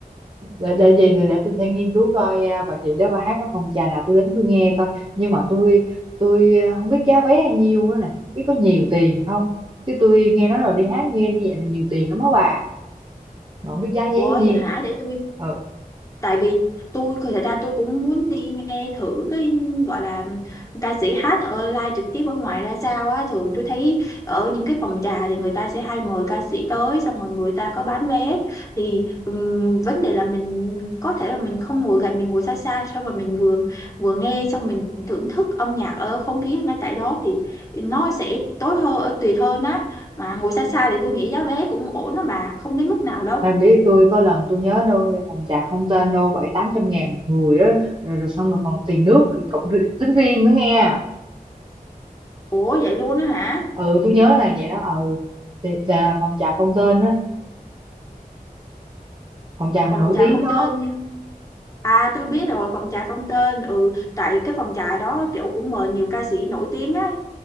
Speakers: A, on the right; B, on the left.
A: để, để gì thì để tôi sẽ nghiên cứu coi à, bà chị đó bà hát ở phòng trà nào tôi đến tôi nghe coi. Nhưng mà tôi tôi à, không biết giá vé bao nhiêu nữa nè, không biết có nhiều tiền không. Chứ tôi nghe nói rồi đi hát nghe như vậy là nhiều tiền lắm á bà, mà không biết giá vé
B: Ủa
A: bao
B: vậy
A: nhiêu.
B: hả? Để tôi
A: Ừ.
B: tại vì tôi thật ra tôi cũng muốn đi nghe thử cái gọi là ca sĩ hát ở live trực tiếp ở ngoài ra sao á thường tôi thấy ở những cái phòng trà thì người ta sẽ hay mời ca sĩ tới xong rồi người ta có bán vé thì ừm, vấn đề là mình có thể là mình không ngồi gần mình ngồi xa xa xong mà mình vừa vừa nghe xong mình thưởng thức âm nhạc ở không khí ngay tại đó thì nó sẽ tốt hơn tuyệt hơn á mà ngồi xa xa thì tôi nghĩ giá vé cũng ổn đó bà không đến mức nào đâu
A: Em biết tôi có lần tôi nhớ đâu phòng trà không tên đâu bảy tám trăm ngàn một người đó rồi, rồi xong rồi còn tiền nước thì cộng ri- tính riêng nữa nghe
B: ủa vậy luôn á hả
A: ừ tôi nhớ là vậy đó ừ thì, trà, phòng trà không tên á phòng trà mà
B: phòng
A: nổi
B: trà
A: tiếng
B: không
A: đó
B: tên à tôi biết rồi phòng trà không tên ừ tại cái phòng trà đó kiểu cũng mời nhiều ca sĩ nổi tiếng á